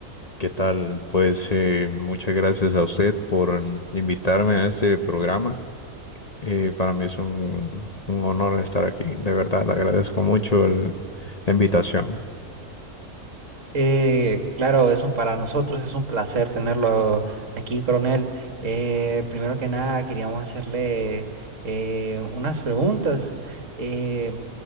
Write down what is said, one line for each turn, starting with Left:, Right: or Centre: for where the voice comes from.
Left: qué tal? Pues eh, muchas gracias a usted por mm, invitarme a este programa. Eh, para mí es un, un honor estar aquí. De verdad, le agradezco mucho el- la invitación.
Right: Eh, claro, es un, para nosotros es un placer tenerlo aquí, coronel. Eh, primero que nada, queríamos hacerle eh, unas preguntas. Eh,